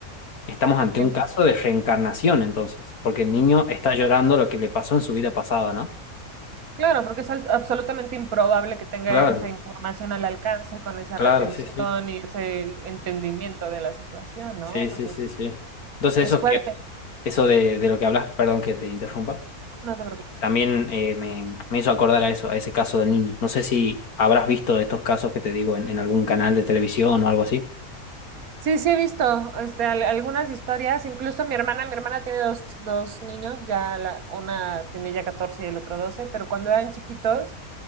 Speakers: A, on the left; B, on the right.
A: estamos ante
B: Bien.
A: un caso de reencarnación entonces, porque el niño está llorando lo que le pasó en su vida pasada, ¿no?
B: Claro, porque es al- absolutamente improbable que tenga
A: Claro,
B: esa información al alcance con esa
A: claro.
B: retención
A: Sí,
B: y ese entendimiento de la situación, ¿no?
A: sí, sí,
B: O sea,
A: sí.
B: es,
A: sí. Entonces
B: es
A: esos
B: fuerte,
A: que Eso de, de lo que hablas, perdón que te interrumpa,
B: no te preocupes.
A: también eh, me, me hizo acordar a eso, a ese caso del niño. No sé si habrás visto de estos casos que te digo en, en algún canal de televisión o algo así.
B: Sí, sí he visto este, al- algunas historias, incluso mi hermana, mi hermana tiene dos, dos niños, ya la- una tiene ya 14 y el otro 12, pero cuando eran chiquitos